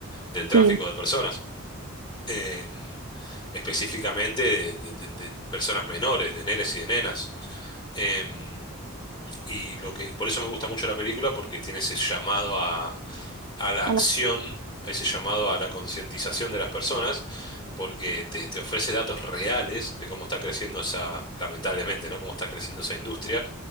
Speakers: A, on the left; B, on the right.
A: del tráfico
B: Sí.
A: de personas, eh, específicamente de, de- de- de personas menores, de nenes y de nenas. Em, y lo que, por eso me gusta mucho la película, porque tiene ese llamado a, a la acción,
B: A la-
A: a ese llamado a la concientización de las personas, porque te, te ofrece datos reales de cómo está creciendo esa, lamentablemente, ¿no? Cómo está creciendo esa industria.